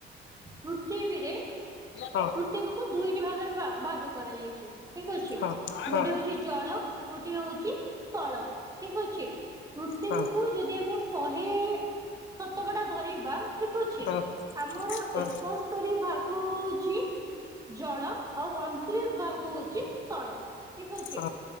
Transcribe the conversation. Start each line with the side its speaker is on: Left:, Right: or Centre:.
Right: ପୃଥିବୀରେ
Left: ହଁ
Right: ପୃଥିବୀକୁ ଦୁଇଟି ଭାଗରେ ଭା ଭାଗ କରାଯାଇଛି ଠିକ ଅଛି।
Left: ହଁ ହଁ
Right: ଗୋଟିଏ ହୋଉଚି ଜଳ ଗୋଟିଏ ହୋଉଚି ସ୍ଥଳ ଠିକ ଅଛି। ପୃଥିବୀକୁୁ
Left: ହଁ।
Right: ଯଦି ଆମେ ଶହେ ହେ ଶତକଡ଼ା ଧରିବା ଠିକ ଅଛି
Left: ହଁ ହଁ ହଁ
Right: ଆମର
Left: ହଁ
Right: ଏକସ୍
Left: ହଁ
Right: ସ୍ତରି ଭାଗ ହୋଉଚି ଜଳ ଆଉ ଅଣତିରିଶ ଭାଗ ହଉଛି ସ୍ଥଳ ଠିକ ଅଛି।
Left: ହଁ ହଁ ହଁ